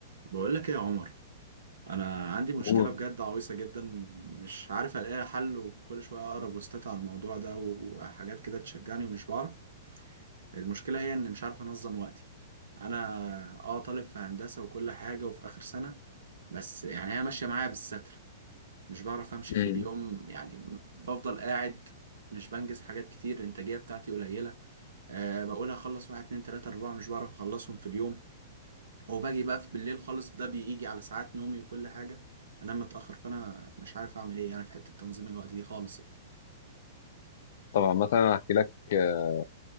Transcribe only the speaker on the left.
قول
مم.
طبعا مثلا هحكي لك آه،